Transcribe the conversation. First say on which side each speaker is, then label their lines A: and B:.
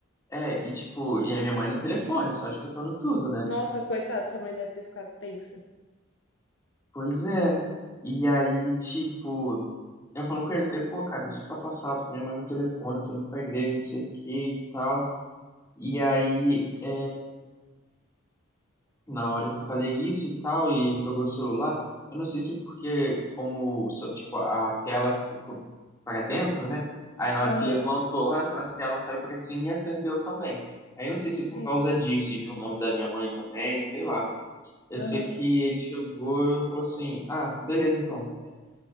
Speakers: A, on the left; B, on the left.
A: é, e tipo, e a minha mãe no telefone, só escutando tudo, né?
B: Nossa, coitado, sua mãe deve ter ficado tensa.
A: Pois é. E aí, tipo, eu falo com ele, falei, pô, cara, deixa essa passar, tô com minha mãe no telefone, eu tô indo pra igreja, não sei o que e tal. E aí, é, na hora que eu falei isso e tal, e ele pegou o celular, eu não sei se porque, como, so- tipo, a tela ficou pra dentro, né? Aí na
B: Aham,
A: hora que levantou, a a tela saiu pra cima e acendeu também. Aí eu não sei se
B: sim,
A: por causa disso, e viu o nome da minha mãe também, sei lá. Eu
B: aham.
A: sei que ele chegou e falou assim, ah, beleza então.